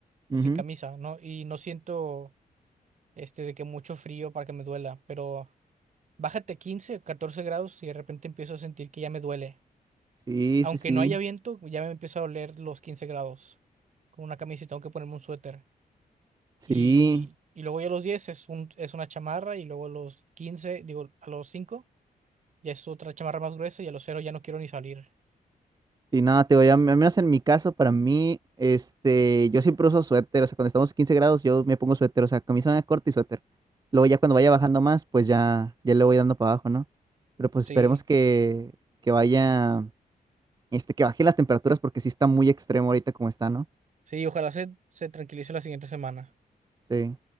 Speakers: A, on the right (about 50°); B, on the right (about 25°).
A: o
B: Ujú.
A: sin camisa, ¿no? Y no siento este, de que mucho frío para que me duela, pero bájate a 15, 14 grados y de repente empiezo a sentir que ya me duele.
B: Sí,
A: Aunque
B: sí, sí.
A: no haya viento, ya me empieza a doler los 15 grados con una camisa y tengo que ponerme un suéter.
B: Sí.
A: Y, y luego ya a los 10 es, un, es una chamarra y luego a los 15, digo, a los 5 ya es otra chamarra más gruesa y a los cero ya no quiero ni salir.
B: Y nada, te voy a, al menos en mi caso, para mí, este, yo siempre uso suéter, o sea, cuando estamos a 15 grados, yo me pongo suéter, o sea, camisa corta y suéter. Luego ya cuando vaya bajando más, pues ya, ya le voy dando para abajo, ¿no? Pero pues
A: Sí,
B: esperemos que, que vaya, este, que baje las temperaturas porque sí está muy extremo ahorita como está, ¿no?
A: sí, ojalá se, se tranquilice la siguiente semana.
B: Sí.